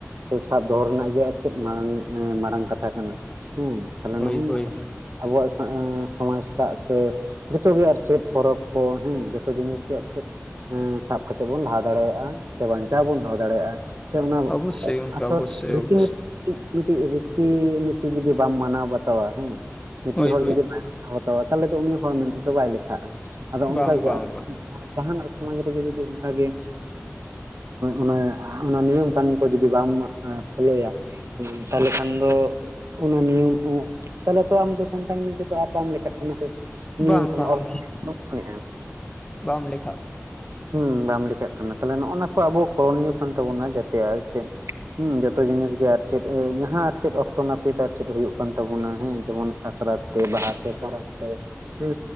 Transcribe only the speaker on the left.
ᱦᱳᱭ
ᱦᱳᱭ ᱦᱳᱭ
ᱚᱵᱚᱥᱥᱳᱭ ᱜᱚᱢᱠᱮ
ᱚᱵᱚᱥᱥᱳᱭ
ᱚᱵᱚᱥᱥᱳᱭ
ᱦᱳᱭ
ᱦᱳᱭ
ᱵᱟᱝ ᱵᱟᱝ ᱵᱟᱝ
ᱵᱟᱝ
ᱵᱟᱝ ᱵᱟᱝ
ᱵᱟᱢ ᱞᱮᱠᱷᱟᱜ ᱠᱟᱱᱟ